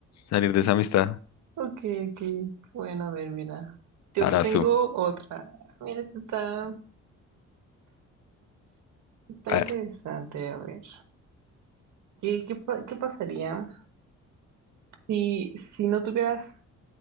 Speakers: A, on the left; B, on the right.
A: salir de esa amistad.
B: Ok, ok. Bueno, a ver, mira. Yo
A: Ahora
B: te tengo
A: vas tú.
B: otra. Mira, esta está, está
A: A
B: interesante,
A: ver.
B: a ver. ¿Qué, qué, pa- qué pasaría si, si no tuvieras,